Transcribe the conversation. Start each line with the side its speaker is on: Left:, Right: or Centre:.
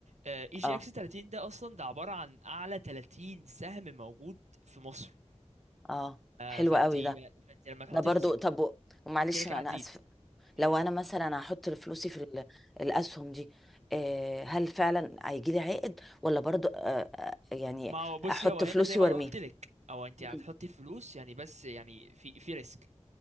Right: اي جي
Centre: اه
Right: اكس 30 ده اصلا ده عباره عن اعلى 30 سهم موجود في مصر
Centre: اه
Right: آه،
Centre: حلو
Right: فانتي
Centre: قوي ده
Right: فانتي لما تحطي
Centre: ده برضو
Right: فلوسك
Centre: طب
Right: فيه
Centre: و- ومعلش
Right: كده كده
Centre: انا
Right: هتزيد
Centre: اسف
Right: مم.
Centre: لو انا مثلا هحط فلوسي في ال- الاسهم دي آه هل فعلا هيجي لي عائد ولا برضو آه آه، يعني
Right: ما هو بصي
Centre: احط
Right: هو هنا
Centre: فلوسي
Right: زي ما
Centre: وارميها
Right: انا قلت لك او انت
Centre: مم.
Right: هتحطي فلوس يعني بس يعني في في ريسك